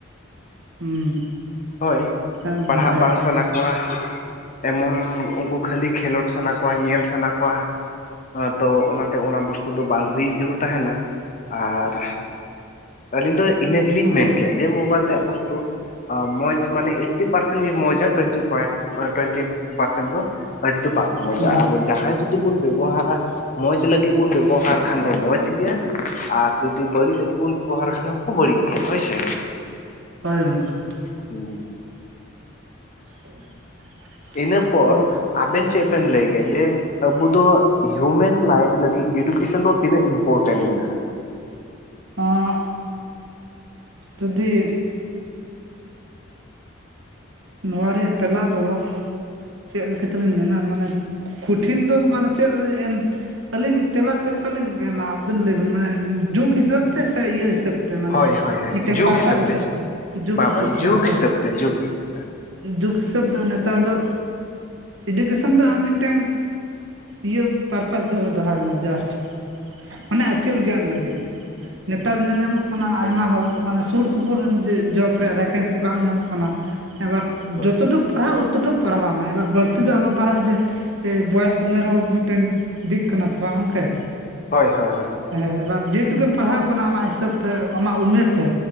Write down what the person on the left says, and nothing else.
ᱦᱳᱭ
ᱯᱟᱲᱦᱟᱜ
ᱵᱟᱝ ᱥᱟᱱᱟ ᱠᱚᱣᱟ ᱮᱢᱚᱱ ᱩᱱᱠᱩ ᱠᱷᱟᱹᱞᱤ ᱠᱷᱮᱞᱳᱰ ᱥᱟᱱᱟ ᱠᱚᱣᱟ ᱧᱮᱞ ᱥᱟᱱᱟ ᱠᱚᱣᱟ ᱛᱚ ᱚᱱᱟᱛᱮ ᱚᱱᱟ ᱵᱚᱥᱛᱩ ᱫᱚ ᱵᱟᱝ ᱦᱩᱭ ᱡᱟᱹᱨᱩᱲ ᱛᱟᱦᱮᱱᱟ ᱟᱨ ᱟᱹᱞᱤᱧ ᱫᱚ ᱤᱱᱟᱹ ᱜᱮᱞᱤᱧ ᱢᱮᱱ ᱠᱮᱭᱟ ᱡᱮ ᱢᱳᱵᱟᱭᱤᱞ ᱨᱮᱭᱟᱜ ᱵᱚᱥᱛᱩ ᱢᱚᱸᱡᱽ ᱢᱟᱱᱮ ᱮᱭᱴᱴᱤ ᱯᱟᱨᱥᱮᱱ ᱜᱮ ᱢᱚᱸᱡᱽᱟ ᱴᱩᱭᱮᱱᱴᱤ ᱯᱚᱭᱮᱱᱴᱤ <unintelligible> ᱴᱩᱭᱮᱱᱴᱤ ᱯᱟᱨᱥᱮᱱ ᱫᱚ ᱟᱹᱰᱤ ᱫᱚ ᱵᱟᱝ ᱢᱚᱡᱟ
ᱟᱨ ᱡᱟᱦᱟᱸᱭ ᱡᱩᱫᱤ ᱵᱚᱱ ᱵᱮᱵᱚᱦᱟᱨᱟ ᱢᱚᱡᱽ ᱞᱟᱹᱜᱤᱫ ᱵᱚᱱ ᱵᱮᱵᱚᱦᱟᱨ ᱠᱷᱟᱱ ᱫᱚ ᱢᱚᱸᱡᱽ ᱜᱮᱭᱟ ᱟᱨ ᱡᱩᱫᱤ ᱵᱟᱹᱲᱤᱡ ᱞᱟᱹᱜᱤᱫ ᱵᱚᱱ ᱵᱮᱵᱚᱦᱟᱨ ᱠᱷᱟᱱ ᱫᱚ ᱵᱟᱹᱲᱤᱡ ᱜᱮᱭᱟ ᱦᱳᱭ ᱥᱮ ᱾
ᱦᱩᱸ ᱦᱩᱸ ᱾
ᱤᱱᱟᱹ ᱯᱚᱨ
ᱟᱵᱮᱱ ᱪᱮᱫ ᱵᱮᱱ ᱞᱟᱹᱭ ᱠᱮᱫ ᱡᱮ ᱟᱹᱵᱩ ᱫᱚ ᱦᱤᱭᱩᱢᱮᱱ ᱞᱟᱭᱤᱯᱷ ᱞᱟᱹᱜᱤᱫ ᱮᱰᱩᱠᱮᱥᱚᱱ ᱫᱚ ᱛᱤᱱᱟᱹᱜ ᱤᱢᱯᱚᱨᱴᱮᱱᱴ ᱢᱮᱱᱟᱜᱼᱟ ᱾
ᱦᱳᱭ ᱦᱳᱭ ᱦᱳᱭ
ᱡᱩᱜᱽ
ᱦᱤᱥᱟᱹᱵ
ᱵᱟᱝ
ᱵᱟᱝ
ᱡᱩᱜᱽ
ᱦᱤᱥᱟᱹᱵ ᱛᱮ ᱡᱩᱜᱽ ᱦᱤᱥᱟᱹᱵᱽ ᱼᱼ
ᱦᱳᱭ
ᱦᱳᱭ
ᱦᱳᱭ ᱦᱳᱭ ᱦᱳᱭ ᱾